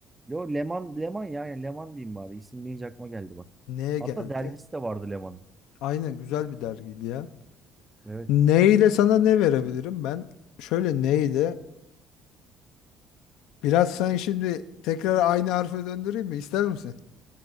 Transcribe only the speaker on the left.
Neye
geldi?
Aynen güzel bir dergiydi ya.
Neyle sana ne verebilirim ben? Şöyle neyle? Biraz sen şimdi tekrar aynı harfe döndüreyim mi? İster misin?